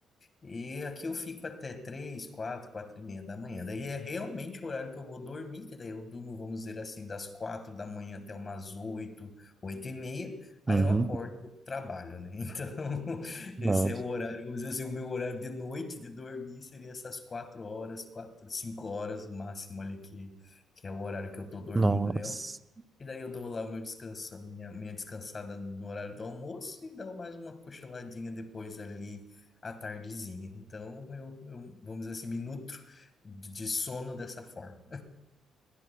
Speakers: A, on the left; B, on the right.
A: e aqui eu fico até três, quatro, quatro e meia da manhã. Daí é realmente o horário que eu vou dormir, que daí eu durmo, vamos dizer assim, das quatro da manhã até umas oito, oito e meia. Aí
B: Uhum.
A: eu acordo e vou pro trabalho, né? <laughs> Então,
B: Nossa.
A: esse é o horário, vamos dizer assim, o meu horário de noite de dormir seria essas quatro horas, quatro, cinco horas no máximo ali, que, que é o horário que eu tô dormindo
B: Nossa.
A: e daí eu dou lá o meu descanso, a minha, minha descansada no horário do almoço e dou mais uma cochiladinha depois ali à tardezinha. Então eu, eu vamos dizer assim, me nutro de de sono dessa forma.